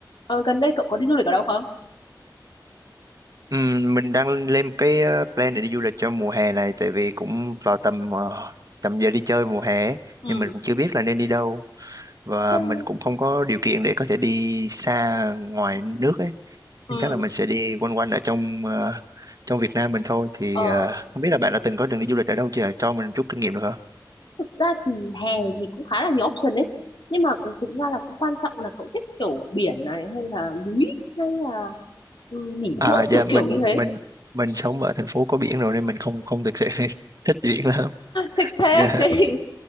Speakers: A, on the left (about 85°); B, on the right (about 50°).
A: Ờ, gần đây cậu có đi du lịch ở đâu không?
B: Ừm, mình đang lên một cái ờ, plan để đi du lịch cho mùa hè này tại vì cũng vào tầm ờ, tầm giờ đi chơi mùa hè ấy,
A: Ừ,
B: nhưng mình cũng chưa biết là nên đi đâu và
A: Theo-
B: mình cũng không có điều kiện để có thể đi xa ngoài nước ấy
A: ừ,
B: nên chắc là mình sẽ đi quanh quanh ở trong ờ, trong Việt Nam mình thôi thì
A: ờ,
B: ờ, không biết là bạn đã từng có đường đi du lịch ở đâu chưa cho mình chút kinh nghiệm được không?
A: thực ra thì hè thì cũng khá là nhiều option đấy nhưng mà cũng- thực ra là cũng quan trọng là cậu thích kiểu biển này hay là núi hay là ừ, nghỉ dưỡng
B: À dạ
A: kiểu
B: mình
A: kiểu như thế
B: mình mình sống ở thành phố có biển rồi nên mình không không thực sự <laughs> thích biển lắm.
A: thích thế.
B: Dạ.
A: <laughs> Thế thì,